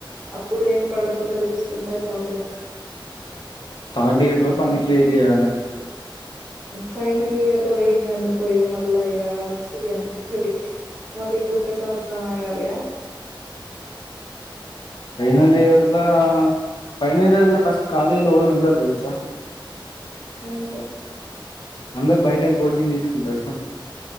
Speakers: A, in the centre; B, on the left (about 65°).
A: అప్పుడు ఏం పడకుండా చూసుకుంటాయి చాలు ఇగా
B: థార్డ్ ఇయర్ లోపు
A: మళ్ళీ
B: అన్ని క్లియర్ చేయాలే
A: ఫైనల్ ఇయర్లో పోయిందనుకో ఇగ మళ్ళా ఇగ వచ్చి ఇక గెంటుతది మళ్ళ ఇంకొక సంవత్సరం ఆగాలిగా
B: ఫైనల్ ఇయర్లా ఫైనల్ ఇయర్ల ఫస్ట్ కాలేజీలో ఎవరు ఉండరు తెలుసా <unintelligible>
A: ఎందుకు
B: అందరు బయట కోచింగ్ తీసుకుంటారు